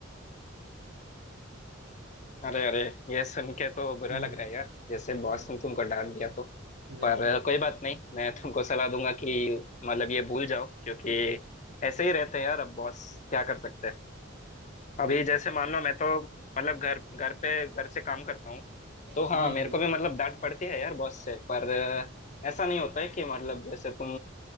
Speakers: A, on the left; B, on the right.
A: अरे अरे ये सुन के तो बुरा
B: हम्म,
A: लग रहा है यार जैसे बॉस
B: हम्म,
A: ने तुमको डांट दिया तो
B: बिल्कुल
A: पर अ, कोई बात नहीं मैं तुमको सलाह दूंगा कि मतलब ये भूल जाओ क्योंकि
B: <laughs>
A: ऐसे ही रहते हैं यार अब बॉस क्या कर सकते हैं अभी
B: बिल्कुल
A: जैसे मान लो मैं तो मतलब घर घर पे घर से काम करता हूँ
B: जी
A: तो हाँ मेरे
B: जी
A: को भी मतलब डांट पड़ती है यार बॉस से पर अ, ऐसा नहीं होता है कि मतलब जैसे तुम